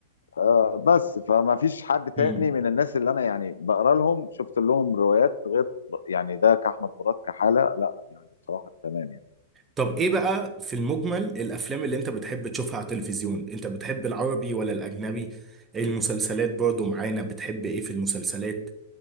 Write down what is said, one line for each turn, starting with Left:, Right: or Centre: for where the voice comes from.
Left: آه، بس فما فيش حد تاني
Right: امم
Left: من الناس اللي انا يعني بقرا لهم شفت لهم روايات غير يعني ده كأحمد مراد كحالة لا يعني بصراحة تمام يعني
Right: طب ايه بقى في المجمل الافلام اللي انت بتحب تشوفها على التلفزيون انت بتحب العربي ولا الاجنبي إيه المسلسلات برضو معانا بتحب ايه في المسلسلات